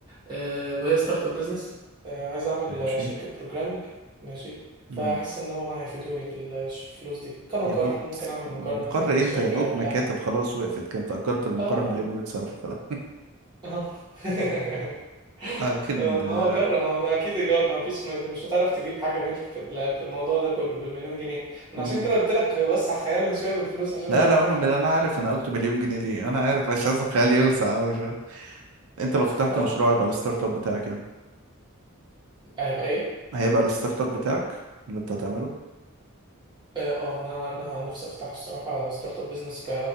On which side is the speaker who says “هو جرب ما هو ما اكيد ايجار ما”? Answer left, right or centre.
Right